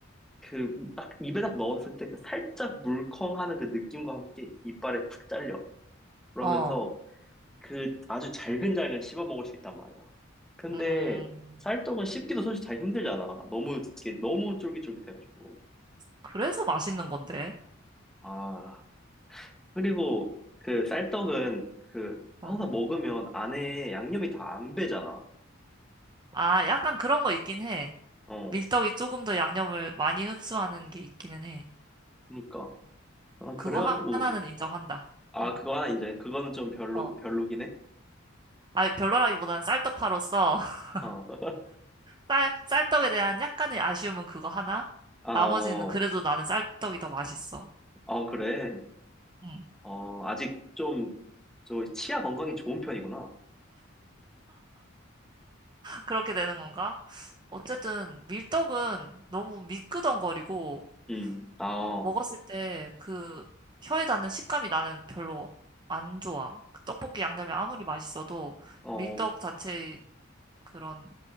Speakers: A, in the centre; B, on the right.
A: 그 딱 입에 딱 넣었을 때 그 살짝 물컹하는 그 느낌과 함께 이빨에 탁 잘려. 그러면서
B: 어,
A: 그 아주 잘근잘근 씹어 먹을 수 있단 말이야. 근데
B: 음,
A: 쌀떡은 씹기도 솔직히 잘 힘들잖아. 너무 이게 너무 쫄깃쫄깃해가지고.
B: 그래서 맛있는 건데.
A: 아 그리고 그 쌀떡은 그 항상
B: 어.
A: 먹으면 안에 양념이 다 안 배잖아.
B: 아, 약간 그런 거 있긴 해.
A: 어
B: 밀떡이 조금 더 양념을 많이 흡수하는 게 있기는 해.
A: 그니까 아, 그래가지고
B: 그거 하- 하나는 인정한다.
A: 어, 아
B: 어,
A: 그거 하나 인정해. 그거는 좀 별로
B: 어.
A: 별로긴 해.
B: 아니, 별로라기보다는 쌀떡파로서 <laughs>
A: 어. <laughs>
B: 쌀, 쌀떡에 대한 약간의 아쉬움은 그거 하나?
A: 아,
B: 나머지는
A: 어,
B: 그래도 나는 쌀떡이 더 맛있어.
A: 아, 그래.
B: 음,
A: 어, 아직 좀, 저, 치아 건강이 좋은 편이구나.
B: 그렇게 되는 건가? 어쨌든 밀떡은 너무 미끄덩거리고
A: 음, 아, 어,
B: 아, 먹었을 때 그 혀에 닿는 식감이 나는 별로 안 좋아. 그 떡볶이 양념이 아무리 맛있어도
A: 어,
B: 밀떡 자체의 그런